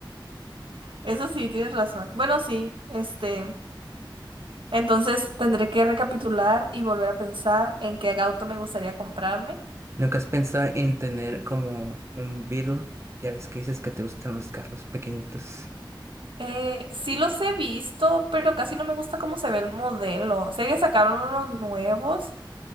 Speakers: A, on the right; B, on the right.
A: Eso sí, tienes razón. Bueno, sí, este, entonces tendré que recapitular y volver a pensar en qué auto me gustaría comprarme.
B: ¿Nunca has pensado en tener como un Beetle? Ya ves que dices que te gustan los carros pequeñitos.
A: Eh, sí los he visto, pero casi no me gusta cómo se ve el modelo. Sé que sacaron unos nuevos,